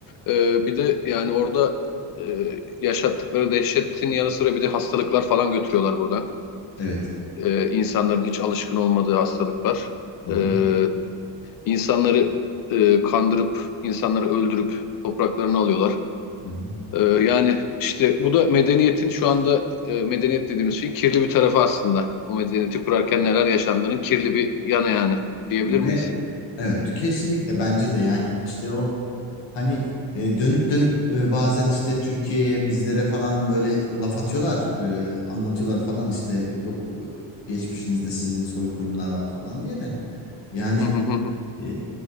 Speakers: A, on the left; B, on the left.
A: Ee, bir de yani orada e, yaşattıkları dehşetin yanı sıra bir de hastalıklar falan götürüyorlar burada.
B: Evet.
A: Ee, insanların hiç alışkın olmadığı hastalıklar.
B: Hı hı.
A: Ee, insanları e, kandırıp insanları öldürüp topraklarını alıyorlar.
B: Hı hı.
A: Ee, yani işte bu da medeniyetin şu anda e, medeniyet dediğimiz şeyin kirli bir tarafı aslında. O medeniyeti kurarken neler yaşandığının kirli bir yanı yani diyebilir
B: Ve
A: miyiz?
B: evet kesinlikle bence de yani işte o hani e, dönüp dönüp e, bazen işte Türkiye'ye bizlere falan böyle laf atıyorlar e, anlatıyorlar falan işte yok e, geçmişinizde sizin soykırımlar var falan diye de yani
A: <laughs> Hı hı hı.
B: e,